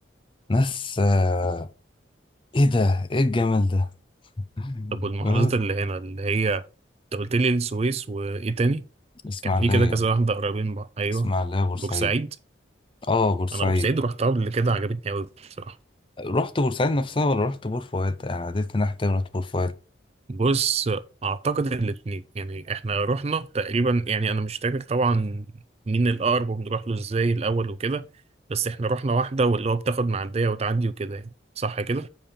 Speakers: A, on the left; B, on the right.
A: ناس آه، ايه ده ايه الجمال ده <laughs>
B: طب والمحافظات اللي هنا اللي هي انت قلت لي السويس وايه تاني
A: بس اسماعيلية
B: كان في كده كذا واحدة قريبين من بعض ايوه
A: اسماعيلية بورسعيد
B: بورسعيد
A: اه بورسعيد
B: انا بورسعيد رحتها قبل كده عجبتني قوي بصراحة
A: رحت بورسعيد نفسها ولا رحت بور فؤاد انا عديت ناحية تانية رحت بور فؤاد
B: بص اعتقد الاتنين يعني احنا رحنا تقريبا يعني انا مش فاكر طبعا مين الاقرب وبنروح له ازاي الاول وكده بس احنا رحنا واحدة واللي هو بتاخد معدية وتعدي وكده يعني صح كده